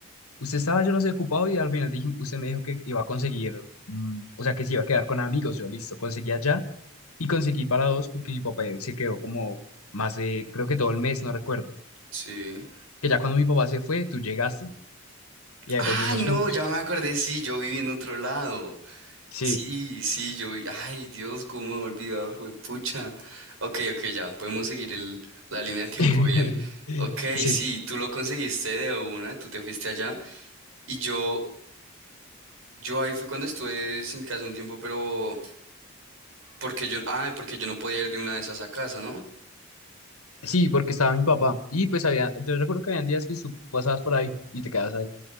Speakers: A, on the left; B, on the right.
A: Usted estaba, yo no sé, ocupado y al final dije, usted me dijo que iba a conseguir, mm, o sea, que se iba a quedar con amigos. Yo, listo, conseguí allá y conseguí para dos porque mi papá se quedó como más de, creo que todo el mes, no recuerdo.
B: Sí.
A: Que ya cuando mi papá se fue, tú llegaste y ahí
B: Ay,
A: volvimos
B: no,
A: juntos.
B: ya me acordé, sí, yo viví en otro lado.
A: Sí,
B: Sí, sí, yo vi. Ay, Dios, cómo me voy a olvidar, juepucha. Ok, ok, ya, podemos seguir el, la línea de tiempo
A: <laughs>
B: bien. Ok,
A: Sí.
B: sí, tú lo conseguiste de una, tú te fuiste allá. Y yo, yo ahí fue cuando estuve sin casa un tiempo, pero porque yo, ah, porque yo no podía ir de una de esas a casa, ¿no?
A: Sí, porque estaba mi papá. Y pues había, yo recuerdo que habían días que tú pasabas por ahí y te quedabas ahí.